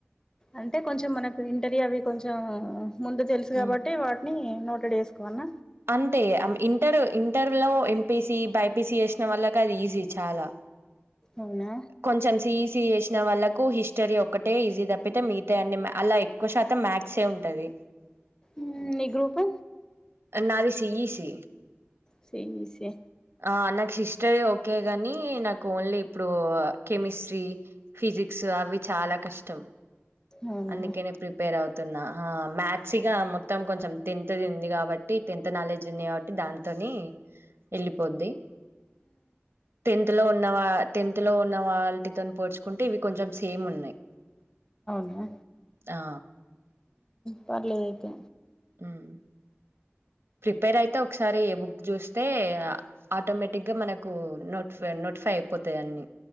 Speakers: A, on the left (about 15°); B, on the right (about 65°).
A: అంటే కొంచెం మనకు ఇంటర్వ్యూ అవి కొంచెం ముందు తెలుసు
B: హ్మ్
A: కాబట్టి వాట్ ఉ నోటెడ్ చేసుకోవన్న
B: అంతే ఇగ అమ్ ఇంటర్ ఇంటర్లో ఎంపీసి బైపీసీ చేసిన వల్లకి అది ఈజీ చాలా
A: అవునా
B: కొంచెం సీఈసి చేసిన వాళ్ళకు హిస్టరీ ఒక్కటే ఈజీ తప్పితే మిగత అన్నీ అలా ఎక్కువ శాతం మ్యాథ్సే ఉంటది
A: ఊ మీ గ్రూపు
B: నాది సిఈసి
A: సీఇసీ
B: ఆ నాకు శిస్టరీ ఓకే గాని నాకు ఓన్లీ ఇప్పుడు కెమిస్ట్రీ ఫిజిక్స్ అవి చాలా కష్టం
A: అవునా
B: అందుకే నే ప్రిపేర్ అవు తున్నా ఆ మ్యాథచిగా మొత్తం కొంచెం టెన్త్ది ఉంది కాబట్టి టెన్త్ నాలెడ్జ్ ఉంది కాబట్టి దాతోని వెళ్ళిపోద్ది టెన్త్ లో ఉన్న వా టెన్త్ లో ఉన్న వాళటితో పోడ్చుకుంటే ఇవి కొంచెం సేమ్ ఉన్నాయి
A: ఆ ఉమ్
B: ఆ
A: పర్లేదు అయితే
B: ఉమ్ ప్రిపేర్ అయితే ఒకసారి ఏ బుక్ చూస్త త ఆటోమేటిక్గా మనకు నోటిఫై నోటిఫై అయిపోతాయి అన్ని